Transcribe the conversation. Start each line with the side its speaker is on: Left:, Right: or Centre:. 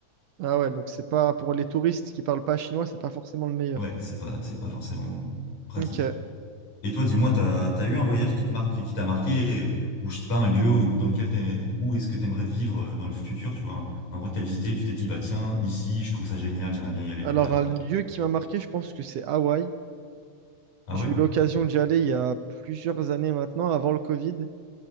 Right: Ah ouais, donc c'est pas pour les touristes qui parlent pas chinois, c'est pas forcément le meilleur.
Left: Ouais, c'est pas, c'est pas forcément pratique.
Right: Ok.
Left: Et toi, dis-moi, t'as, t'as eu un voyage qui te marque, qui t'a marqué, et- ou je sais pas, un lieu où- dans lequel t'es, où est-ce que t'aimerais vivre euh, dans le futur, tu vois, un un endroit que t'as visité, tu t'es dit, bah tiens, ici, je trouve ça génial, j'aimerais bien y aller
Right: Alors
Left: plus tard.
Right: un lieu qui m'a marqué, je pense que c'est Hawaï.
Left: Ah
Right: J'ai
Left: ouais?
Right: eu l'occasion d'y aller il y a plusieurs années maintenant, avant le Covid.